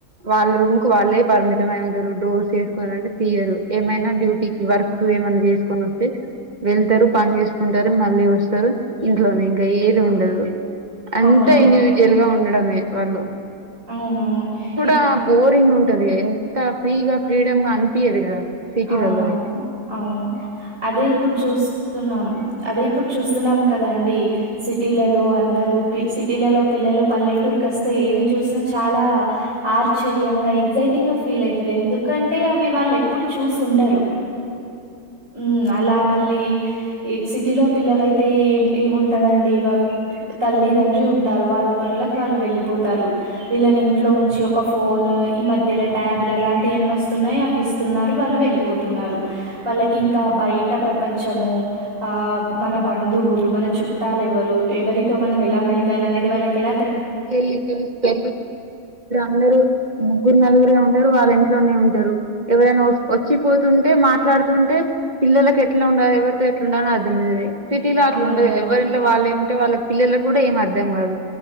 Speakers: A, on the right; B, on the right.
A: వాళ్ళ రూమ్ కు వాళ్ళే పరిమితమై ఉంటారు డోర్స్సు ఏస్కోని ఏమంటే తీయరు ఏమైనా డ్యూటీకి వర్క్ ఏమన్నా చేసుకొని వస్తే వెళ్తారు పని చేసుకుంటారు మళ్ళీ వస్తారు ఇంట్లోనే ఇంకా ఏది ఉండదు అంటే
B: అవునవును
A: ఇన్డివిజటువల్ గా ఉండడమే వాళ్ళు
B: అవునవును ఇప్
A: అ బోరింగ్ ఉంటది ఎంత ఫ్రీగా ఫ్రీడమ్ గా అనిపియదు కదా సిటీలలో
B: అవునవును
A: అయితే
B: అవును అదే ఇప్పుడు చూస్తున్నాం అదే ఇప్పుడు చూస్తున్నాం కదండి సిటీలలో అందరు సిటీలలో పిల్లలు పల్లెటూరుకి వస్తే ఏది చూసినా చాలా ఆశ్చర్యంగా ఎగ్జైటింగ్ గా ఫీల్ అయితారు ఎందుకంటే అవి వాళ్ళు ఎప్పుడు చూసి ఉండరు ఉ అలా మళ్ళీ ఎయిత్ సిటీ లో పిల్లలయితే ఏముంటదండి తల్లి తండ్రి ఉంటారు వాళ్ళ పనులు వాళ్ళు వెళ్ళిపోతారు వీళ్ళని ఇంట్లో ఉంచి ఒక ఫోన్ ఈ మధ్యలో ట్యాబులు అలాంటివివన్న వస్తున్నాయి అవి ఇస్తున్నారు వాళ్ళు వెళ్ళిపోతున్నారు వాళ్ళకి ఇంకా బయట ప్ర పంచము ఆ మన బంధువులు మన చుట్టాల ఎవరు ఎవరితో మనం ఎలా మెలిగా అనేదివళ కెలా
A: తెలి తెలిసు తె అల్రు <inaudible> ముగ్గురు నలుగురే ఉంటారు వాళ్ళ ఇంట్లోనే ఉంటారు ఎవరైనా వచ్చిపోతుంటే మాట్లాడుతుంటే పిల్లలకి ఎట్లా ఉండ ఎవర్తో ఎట్ల ఉండాలని అర్థం అయ్యేది సిటీలో అట్లా
B: అవునవును
A: ఉండదు ఎవరింట్లో వాళ్ళు ఉంటే వాళ్ళకి పిల్లలకు కూడా ఏం అర్థం కాదు